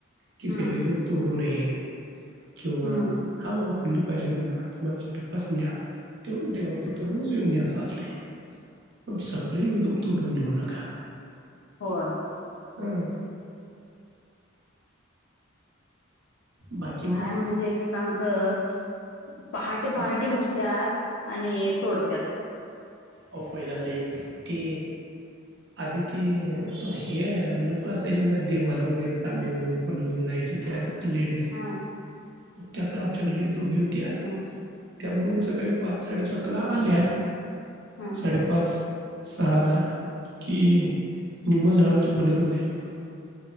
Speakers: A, on the right; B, on the left.
A: की
B: हम्म
A: सगळे जण तोडू नये किंवा
B: हम्म
A: हा बाबा फुलं पाहिजेत ना तुम्हाला चारपाच न्या तेवढंच देवापुरत रोज येऊन न्या चालतंय पण सगळे एकदम तोडून नेऊ नका
B: होय.
A: हा. बाकी मग
B: काय म्हणजे एकेक आमचं पहाटे पहाटे
A: काय
B: उठतात आणि तोडत्यात
A: हो पहिला ती आधी त हे लोक असायचे देवाला वगैरे चालले म्हणून फुलं घेऊन जायचे त्या लेडीज
B: हा
A: त्या तर आमच्याकडले दोघी होत्या
B: हम्म
A: त्याबरोबर सकाळी पाच साडेपाच ला आल्या
B: हा
A: साडेपाच सहाला कि निम्म झाडाची फुलचं गायब